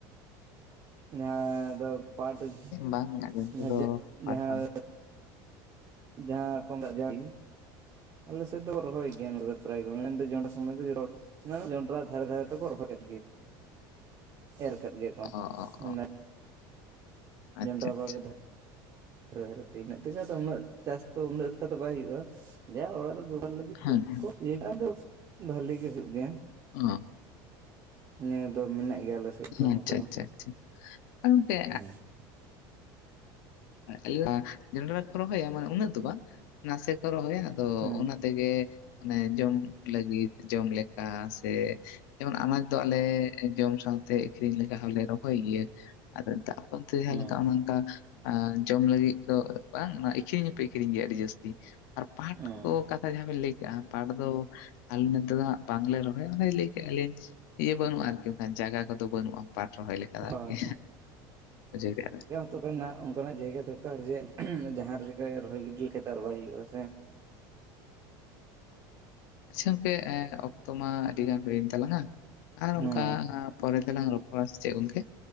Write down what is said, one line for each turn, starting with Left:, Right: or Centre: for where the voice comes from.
Right: ᱡᱟᱦᱟᱸ ᱫᱚᱳ ᱯᱟᱴ ᱚᱜ
Left: ᱵᱟᱝ ᱟᱞᱮ ᱱᱚᱛᱮ
Right: ᱡᱟᱦᱟᱸ
Left: ᱫᱚ
Right: ᱡᱟᱜ
Left: ᱯᱟᱴ
Right: ᱡᱟᱦᱟᱸ
Left: ᱵᱟᱝ
Right: ᱡᱟᱦᱟᱸ ᱠᱚ ᱢᱮᱛᱟᱜ ᱻᱻ ᱟᱯᱮ ᱥᱮᱫ ᱫᱚ ᱨᱚᱦᱚᱭ ᱜᱮᱭᱟ ᱫᱚ ᱯᱨᱟᱭ ᱜᱮ ᱢᱮᱱ ᱡᱚᱱᱰᱥ <unintelligible> ᱚᱢᱵᱟᱠᱤ ᱡᱚᱦᱚᱲ ᱚᱱᱟ ᱡᱚᱱᱰᱨᱟ ᱫᱷᱟᱨᱮ ᱫᱷᱟᱨᱮ ᱛᱮᱠᱚ ᱨᱚᱦᱚᱭ ᱮᱫ ᱜᱤ ᱮᱨ ᱠᱟᱫ ᱜᱮ ᱠᱚᱸ
Left: ᱚ ᱚ
Right: ᱢᱟᱱᱮ
Left: ᱚ ᱟᱪᱪᱷᱟ
Right: ᱡᱚᱵᱽᱨᱟ
Left: ᱟᱪᱪᱷᱟ
Right: ᱵᱟᱲᱜᱮ ᱫᱦ ᱫᱷᱟᱨᱮ ᱫᱷᱟᱨᱮ ᱛᱮ ᱤᱱᱟᱹᱜ ᱛᱮᱜ ᱫᱚ ᱩᱱᱟᱹᱜ ᱪᱟᱥ ᱫᱚ ᱩᱱᱟᱹᱜ ᱮᱠᱟ ᱫᱚ ᱵᱟᱭ ᱦᱩᱭᱩᱜᱼᱟ ᱡᱟ ᱚᱲᱟᱜ ᱨᱮ ᱵᱮᱣᱦᱟᱨ ᱞᱟᱹ
Left: ᱦᱮᱸ
Right: ᱴᱩᱡ
Left: ᱦᱮᱸ.
Right: ᱠᱚ ᱤᱭᱟ ᱟᱫᱚ ᱵᱷᱟᱞᱤ ᱜᱮ ᱦᱩᱭᱩᱜ ᱜᱮᱭᱟ
Left: ᱚᱜᱜ
Right: ᱱᱤᱭᱟᱹ ᱫᱚ ᱢᱮᱱᱟᱜ ᱜᱮᱭᱟ ᱟᱞᱮ ᱥᱮᱫ ᱫᱚ
Left: ᱟᱪᱪᱷᱟ
Right: ᱱᱚᱛᱮ ᱫᱚ
Left: ᱟᱪᱪᱷᱟ ᱟᱪᱪᱷᱟ ᱟᱨ ᱜᱚᱝᱠᱮ
Right: ᱦᱩᱸ
Left: ᱮᱜ ᱡᱚᱱᱰᱨᱟ ᱠᱚ ᱨᱚᱦᱚᱭᱟ ᱢᱟᱱᱮ ᱩᱱᱟᱹᱜ ᱫᱚ ᱵᱟᱝ ᱱᱟᱥᱮ ᱠᱚ ᱨᱚᱦᱚᱭᱟ ᱟᱫᱚᱚ
Right: ᱦᱮᱸ
Left: ᱚᱱᱟ ᱫᱚ ᱛᱮᱜᱮ ᱢᱟᱱᱮ ᱡᱚᱢ ᱞᱟᱹᱜᱤᱫ ᱡᱚᱢ ᱞᱮᱠᱟ ᱥᱮᱮ ᱡᱮᱢᱚᱱ ᱟᱱᱟᱡ ᱫᱚ ᱟᱞᱮᱮ ᱡᱚᱢ ᱥᱟᱶᱛᱮ ᱟᱹᱠᱷᱨᱤᱧ ᱞᱮᱠᱟ ᱦᱚᱸᱞᱮ ᱨᱚᱦᱚᱭ ᱜᱮᱭᱟ ᱟᱫᱚ ᱫᱟᱜ ᱢᱚᱫᱫᱮ ᱡᱟᱦᱟ
Right: ᱦᱮᱸ
Left: ᱞᱮᱠᱟ ᱚᱱᱮ ᱚᱱᱠᱟ ᱟᱸ ᱡᱚᱢ ᱞᱟᱹᱜᱤᱫ ᱫᱚ ᱵᱟᱝ ᱤᱸᱠᱷᱨᱤᱧ ᱦᱚᱸᱯᱮ ᱤᱸᱠᱷᱨᱤᱧ ᱜᱮᱭᱟ ᱟᱹᱰᱤ ᱡᱟᱹᱥᱛᱤ ᱟᱨ ᱯᱟᱴ
Right: ᱦᱮᱸ
Left: ᱠᱚ ᱠᱟᱛ ᱡᱟᱦᱟᱸ ᱵᱮᱱ ᱞᱮᱹᱭ ᱠᱟᱜᱼᱟ ᱯᱟᱴ ᱫᱚ ᱟᱞᱮ ᱱᱚᱛᱮ ᱫᱚ ᱦᱟᱸᱜ ᱵᱟᱝᱞᱮ ᱨᱚᱦᱚᱭᱟ ᱚᱱᱮ ᱞᱟᱹᱭ ᱠᱮᱜᱼᱟ ᱞᱤᱧ ᱤᱭᱟᱹ ᱵᱟᱹᱱᱩᱜᱼᱟ ᱟᱨᱠᱤ ᱚᱱᱠᱟᱱ ᱡᱟᱭᱜᱟ ᱠᱚᱫᱚ ᱵᱟᱹᱱᱩᱜᱼᱟ ᱯᱟᱴ ᱨᱚᱦᱚᱭ ᱞᱮᱠᱟ ᱫᱚ
Right: ᱦᱳᱭ
Left: ᱟᱨᱠᱤ ᱵᱩᱡᱷᱟᱹᱣ ᱠᱮᱜᱟ ᱵᱤᱱ
Right: ᱛᱚᱵᱮ ᱱᱟᱜ ᱚᱱᱠᱟᱱᱟᱜ ᱡᱟᱭᱜᱟ ᱫᱚᱨᱠᱟᱨ ᱡᱮ ᱡᱟᱦᱟᱸ ᱨᱮ ᱨᱚᱦᱚᱭ ᱜᱤᱰᱤ ᱞᱮᱠᱟ ᱫᱚ ᱟᱨ ᱵᱟᱭ ᱦᱩᱭᱩᱜᱼᱟ ᱥᱮ
Left: ᱟᱪᱪᱷᱟ ᱜᱚᱝᱠᱮ ᱚᱠᱛᱚ ᱢᱟ ᱟᱹᱰᱤ ᱜᱟᱱ ᱦᱩᱭᱮᱱ ᱛᱟᱞᱟᱝᱼᱟ ᱟᱨ
Right: ᱦᱮᱸ
Left: ᱚᱝᱠᱟ ᱯᱚᱨᱮ ᱛᱮᱞᱟᱝ ᱨᱚᱯ ᱲᱟ ᱥᱮ ᱪᱮᱜ ᱜᱚᱝᱠᱮ